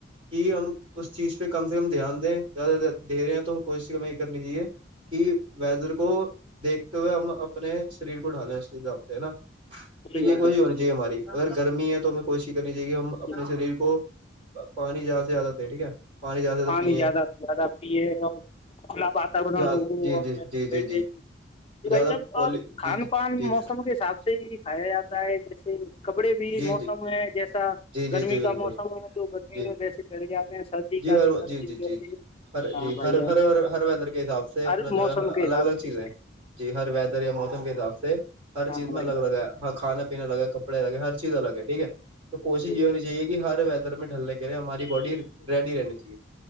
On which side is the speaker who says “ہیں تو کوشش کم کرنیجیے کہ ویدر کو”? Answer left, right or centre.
Right